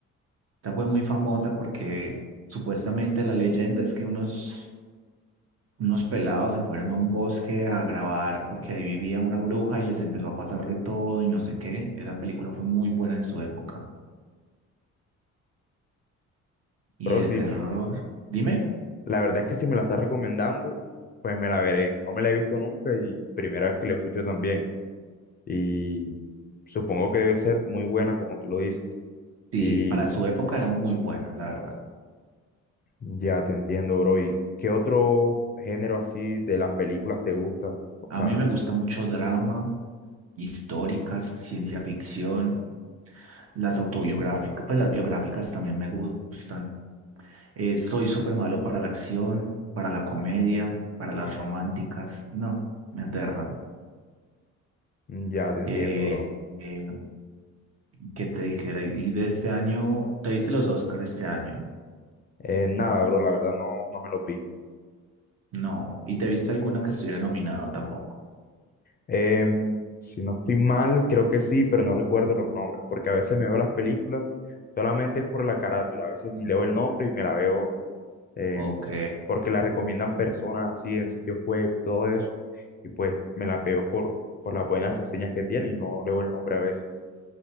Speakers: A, on the right (about 50°); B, on the left (about 30°).
A: Esta fue muy famosa porque supuestamente la leyenda es que unos, unos pelados se fueron a un bosque a grabar porque ahí vivía una bruja y les empezó a pasar de todo y no sé qué. Esa película fue muy buena en su época. Y
B: Pero
A: de
B: si
A: terror, dime,
B: la verdad es que si me la está recomendando, pues me la veré. No me la he visto nunca y primera vez que la escucho también. Y supongo que debe ser muy buena como tú lo dices.
A: sí,
B: Y
A: para su época era muy buena, la verdad.
B: ya te entiendo, bro. ¿Y qué otro género así de las películas te gusta bastante?
A: A mí me gusta mucho drama, históricas, ciencia ficción, las autobiográficas, pues las biográficas también me gustan. Eh, soy súper malo para la acción, para la comedia, para las románticas. No, me aterran.
B: Mm, Ya te entiendo,
A: Eh,
B: bro.
A: eh, ¿qué te dijera? ¿Y de este año, te viste los Oscar este año?
B: Eh, nada, bro, la verdad no, no me los vi.
A: No. ¿Y te viste alguna que estuviera nominada tampoco?
B: Em, si no estoy mal, creo que sí, pero no recuerdo los nombres, porque a veces me veo las películas solamente es por la carátula, a veces ni leo el nombre y me la veo em,
A: Ok.
B: porque la recomiendan personas así en sitios web y todo eso, y pues me la veo por, por las buenas reseñas que tiene y no leo el nombre a veces.